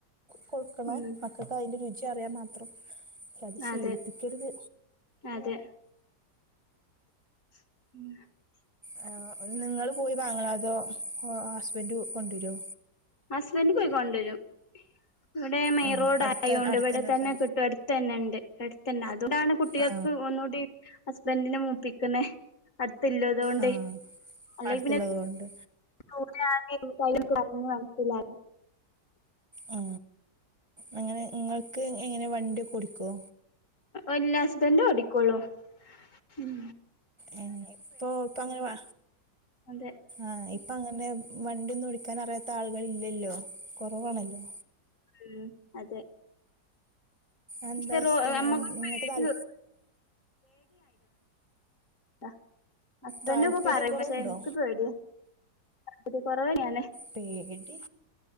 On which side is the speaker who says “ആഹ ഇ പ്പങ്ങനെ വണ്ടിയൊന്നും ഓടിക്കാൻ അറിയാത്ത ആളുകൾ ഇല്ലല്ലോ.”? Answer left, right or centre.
Right